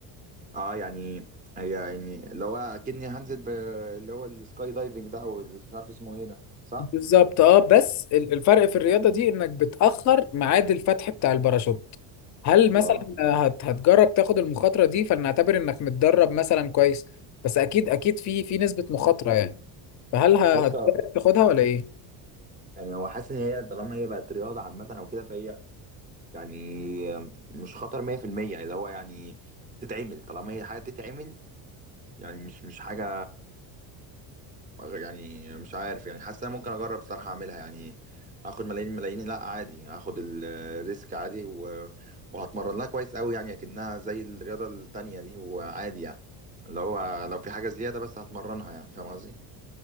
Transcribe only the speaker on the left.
بالظبط اه بس ال- الفرق في الرياضة دي انك بتأخر ميعاد الفتح بتاع الباراشوت هل
مثلا هت هتجرب تاخد المخاطرة دي فلنعتبر انك متدرب مثلا كويس بس اكيد اكيد في في نسبة مخاطرة يعني فهل ه-
هتجرب تاخدها ولا ايه؟